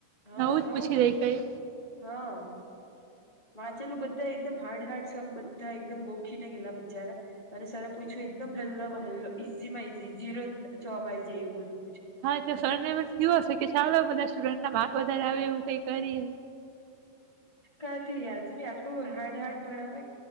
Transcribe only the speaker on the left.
હા
તો
હા વાંચેલું બધા એકદમ હાર્ડ હાર્ડ સમ બધા એકદમ ગોખીને ગેલા બિચારા, અને સર પૂછ્યું એકદમ હલ્લામાં હલ્ ઈઝી માં ઈઝી ઝીરો જવાબ આવી જાય એવું બધું.
કાથી હજુ ન આટલું હાર્ડ હાર્ડ ભણાવે